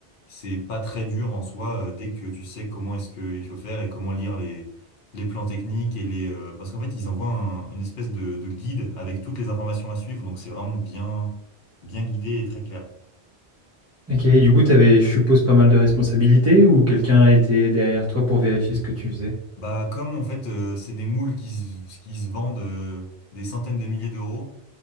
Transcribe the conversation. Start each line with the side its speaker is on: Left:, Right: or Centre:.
Left: c'est pas très dur en soi, euh, dès que tu sais comment est-ce qu'il faut faire et comment lire les, les plans techniques et les, euh, parce qu'en fait, ils envoient un- une espèce de, de guide avec toutes les informations à suivre, donc c'est vraiment bien, bien guidé et très clair.
Right: Ok, et du coup, tu avais, je suppose, pas mal de responsabilités ou quelqu'un était derrière toi pour vérifier ce que tu faisais?
Left: Bah, comme en fait, euh, c'est des moules qui se, qui se vendent euh, des centaines de milliers d'euros,